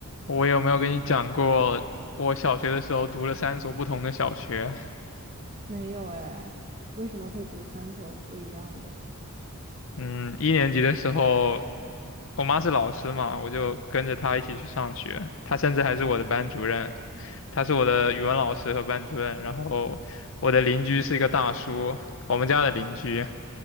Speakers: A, on the left; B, on the right.
A: 我有没有跟你讲过，我小学的时候读了三所不同的小学？
B: 没有哎，为什么会读三所不一样的？
A: 嗯，一年级的时候，我妈是老师嘛，我就跟着她一起去上学。她甚至还是我的班主任，她是我的语文老师和班主任。然后我的邻居是一个大叔，我们家的邻居。